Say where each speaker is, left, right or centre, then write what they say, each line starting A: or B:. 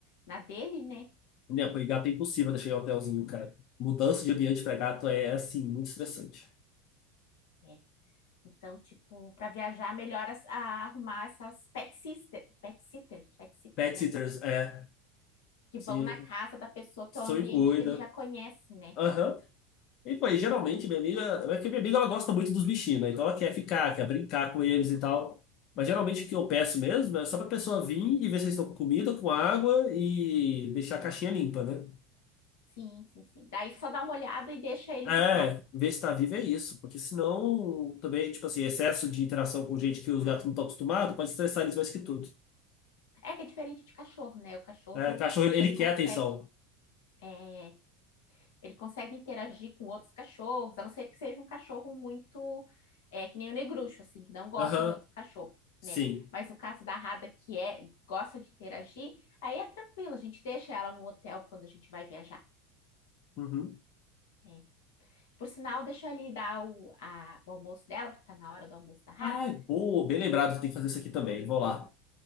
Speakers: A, on the left (about 85°); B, on the left (about 45°).
A: na dele, né?
B: Minha mãe, gato é impossível deixar em hotelzinho, cara. Mudança de ambiente pra gato é, assim, muito estressante.
A: É. Então, tipo, para viajar, melhor as- a- arrumar essas pet sister, pet sitter, pet sitter,
B: Pet
A: né?
B: sitters, é.
A: Que
B: Sim.
A: vão na casa da pessoa, que
B: Só
A: é o ambiente
B: me cuida.
A: que ele já conhece, né?
B: Aham. E, pô, e geralmente minha amiga. É que minha amiga ela gosta muito dos bichinhos, né? Então ela quer ficar, quer brincar com eles e tal. Mas geralmente o que eu peço mesmo é só pra pessoa vir e ver se eles estão com comida, com água e deixar a caixinha limpa, né?
A: Sim, sim, sim. Daí só dá uma olhada e deixa eles
B: É,
A: em casa.
B: ver se tá vivo é isso. Porque senão também, tipo assim, excesso de interação com gente que os gatos não estão acostumados pode estressar eles mais que tudo.
A: É que é diferente de cachorro, né? O cachorro,
B: É, cachorro, ele ele
A: ele consegue,
B: quer atenção.
A: é, ele consegue interagir com outros cachorros, a não ser que seja um cachorro muito, é, que nem o negruxo, assim, que não gosta
B: Aham,
A: de outro cachorro,
B: sim.
A: né? Mas no caso da Rada, que é, gosta de interagir, aí é tranquilo, a gente deixa ela no hotel quando a gente vai viajar.
B: Uhum.
A: é. Por sinal, deixa eu ali dar o, a- o almoço dela, que tá na hora do almoço da Rada,
B: Ai, boa, bem lembrado, tem que fazer isso aqui também. Vou lá.